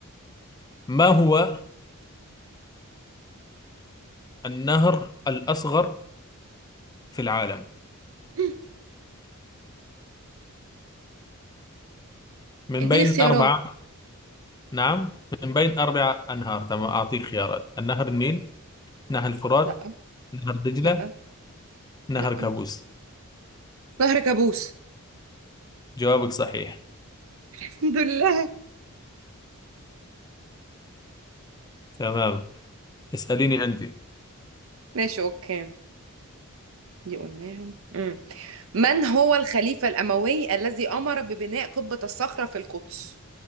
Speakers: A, on the left; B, on the right.
A: ما هو النهر الأصغر في العالم
B: <clears throat> <laughs>
A: من
B: اديني
A: بين
B: اختيارات
A: أربعة نعم من بين أربع أنهار تمام أعطيك خيارات النهر النيل نهر الفرات
B: لا
A: نهر دجلة
B: لا
A: نهر
B: لا
A: كابوس
B: نهر كابوس
A: جوابك صحيح
B: <laughs> الحمد لله
A: تمام اسأليني أنت
B: ماشي اوكي دي قلناها مم. من هو الخليفة الأموي الذي أمر ببناء قبة الصخرة في القدس